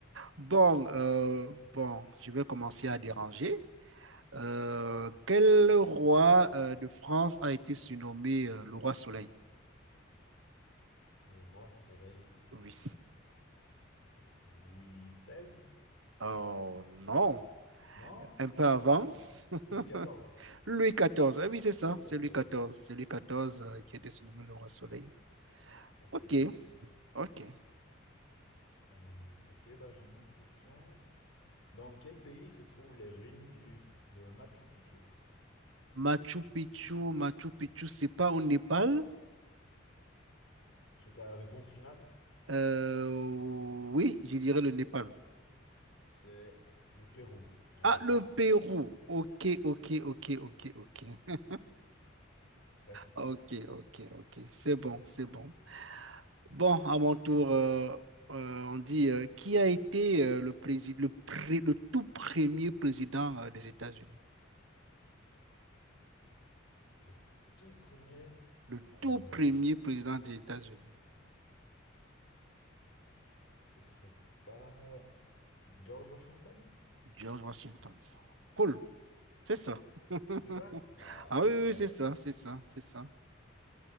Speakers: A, on the right (about 70°); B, on the left (about 75°).
A: Bon, euh, bon, je vais commencer à déranger. Euh, quel roi euh, de France a été surnommé euh, le roi Soleil?
B: Le roi soleil, ce
A: Oui.
B: serait... c'est- c'est Louis XVI?
A: Oh non,
B: Non?
A: un peu avant. <laughs>
B: Louis XIV.
A: Louis XIV. Ah oui, c'est ça,
B: Louis XIV.
A: c'est Louis XIV. C'est Louis XIV euh, qui a été surnommé le roi soleil.
B: Ok,
A: Ok,
B: ok, ok.
A: ok.
B: Euh, ok, bah, j'ai une autre question. Dans quel pays se trouvent les ruines du, de Machu Picchu?
A: Machu Picchu, Machu Picchu, c'est pas au Népal?
B: C'est ta réponse finale?
A: Euh, oui, je dirais le Népal.
B: C'est le Pérou, malheureusement.
A: Ah, le Pérou. Ok, ok, ok, ok, ok.
B: Presque.
A: Ok, ok, ok. C'est bon, c'est bon. Bon, à mon tour, euh, euh, on dit euh, qui a été euh, le président, le, pré- le tout premier président euh, des États-Unis?
B: Le tout premier,
A: le
B: euh,
A: tout premier président des États-Unis,
B: ce serait pas George Washington?
A: George Washington. Cool, c'est ça. <laughs>
B: C'est ça? Ah,
A: ah oui,
B: super,
A: oui, oui, c'est ça, c'est ça, c'est ça.